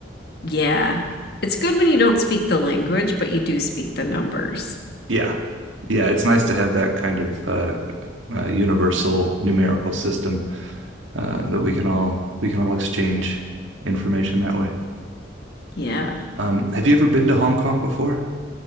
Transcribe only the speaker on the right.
Yeah. Yeah, it's nice to have that kind of uh, uh, universal numerical system uh, that we can all we can all exchange information that way.
Um, have you ever been to Hong Kong before?